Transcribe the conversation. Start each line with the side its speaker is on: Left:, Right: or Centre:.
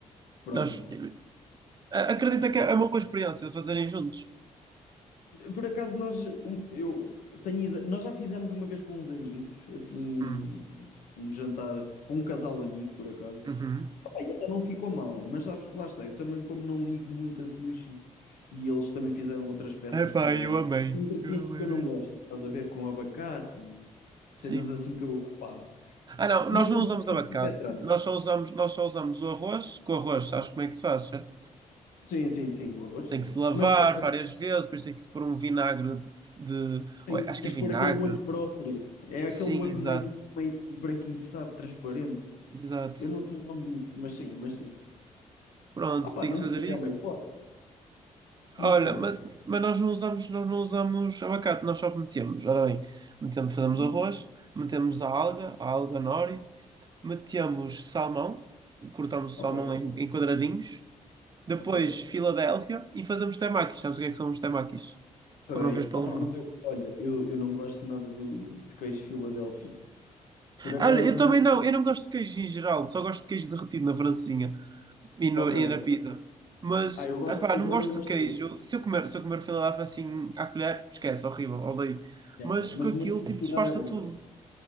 Left: pronto.
Right: Nós, a- acredita que é uma boa experiência de fazerem juntos.
Left: Por acaso nós, um- eu tenho ide- nós já fizemos uma vez com uns amigos, assim,
Right: Hum.
Left: um jantar com um casal amigo, por acaso.
Right: Uhum.
Left: Opa, e até não ficou mal, mas sabes que lá está, eu também como não ligo muito a sushi e eles também fizeram outras peças
Right: Epá,
Left: com
Right: eu amei.
Left: ingredientes
Right: Eu amei
Left: que eu
Right: mesmo.
Left: não gosto, estás a ver, com abacate e cenas
Right: Sim.
Left: assim que eu, opá,
Right: Ah, não,
Left: e
Right: nós
Left: até
Right: não usamos
Left: fiquei
Right: abacate.
Left: com o pé atrás.
Right: Nós só usamos, nós só usamos o arroz. Com o arroz, sabes como é que se faz, certo?
Left: Sim, sim, sim, o arroz
Right: Tem
Left: sim.
Right: que se lavar
Left: Mas claro,
Right: várias vezes, depois tem que se pôr um vinagre de.
Left: tem-
Right: Oi, acho que
Left: tens
Right: é vinagre.
Left: de pôr aquele molho próprio. É aquele
Right: Sim,
Left: molho
Right: exato.
Left: meio, meio esbranquiçado, transparente.
Right: Exato.
Left: Eu não sei o nome disso, mas sim, mas sim.
Right: Pronto,
Left: Opa,
Right: tem
Left: não
Right: que se
Left: sei,
Right: fazer isso.
Left: é uma hipótese. Não
Right: Olha,
Left: sei.
Right: mas, mas nós não usamos, nós não usamos abacate, nós só metemos. Ora bem, metemos, fazemos
Left: Diz-me.
Right: arroz, metemos a alga, a alga nori, metemos salmão, cortamos o
Left: Ok,
Right: salmão em, em quadradinhos, depois
Left: ok.
Right: Filadélfia e fazemos temakis. Sabes o que é que são os temakis?
Left: Sei.
Right: Ou não vês pelo
Left: Opa,
Right: nome?
Left: mas eu, olha, eu, eu não gosto nada do, de queijo Filadélfia. Por acaso,
Right: Olha, eu também não, eu não gosto de queijo em geral, só gosto de queijo derretido na francesinha. E, no-
Left: ok.
Right: e na pizza. Mas,
Left: Ah, eu gosto
Right: epá,
Left: de queijo,
Right: não
Left: mas
Right: gosto
Left: não gosto
Right: de queijo.
Left: desse.
Right: Se eu comer, se eu comer filadélfia assim à colher, esquece, horrível, odeio.
Left: Já,
Right: Mas
Left: já. Mas
Right: com aquilo,
Left: mi- misturado
Right: tipo, disfarça
Left: é bom.
Right: tudo.